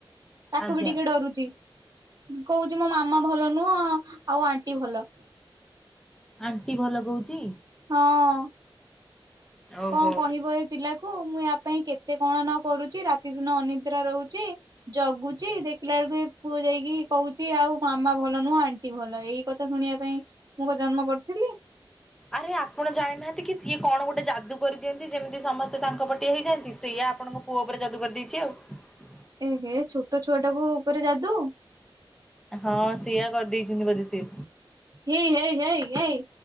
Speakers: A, on the right (about 45°); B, in the centre.
A: ତାକୁ
B: ଆଜ୍ଞା
A: ବି ଟିକେ ଡରୁଛି। କହୁଛି ମୋ ମାମା ଭଲ ନୁହଁ ଆଉ ଆଣ୍ଟି ଭଲ।
B: ଆଣ୍ଟି ଭଲ କହୁଛି?
A: ହଁ।
B: ଓହୋ
A: କଣ କହିବ ଏ ପିଲାକୁ ମୁଁ ୟା ପାଇଁ କେତେ କଣ ନ କରୁଛି ରାତି ଦିନ ଅନିଦ୍ରା ରହୁଛି ଜଗୁଛି ଦେଖିଲା ବେଳକୁ ଏ ପୁଅ ଯାଇକି କହୁଛି ଆଉ ମାମା ଭଲ ନୁହଁ ଆଣ୍ଟି ଭଲ ଏଇ କଥା ଶୁଣିବା ପାଇଁ କଣ ଜନ୍ମ କରିଥିଲି
B: ଆରେ ଆପଣ ଜାଣିନାହାନ୍ତି କି ସିଏ କଣ ଗୋଟେ ଯାଦୁ କରିଦିଅନ୍ତି। ଯେମିତି ସମସ୍ତେ ତାଙ୍କ ପଟିଆ ହେଇଯାଆନ୍ତି। ସେଇୟା ଆପଣଙ୍କ ପୁଅ ଉପରେ ଯାଦୁ କରିଦେଇଛି ଆଉ। <unintelligible>
A: ଏହେ ଛୋଟ ଛୁଆ ଟାକୁ ଉପରେ ଯାଦୁ
B: ହଁ ସେୟା କରି ଦେଇଛନ୍ତି ବଧେ ସେ
A: ହେଇ ହେଇ ହେଇ ହେଇ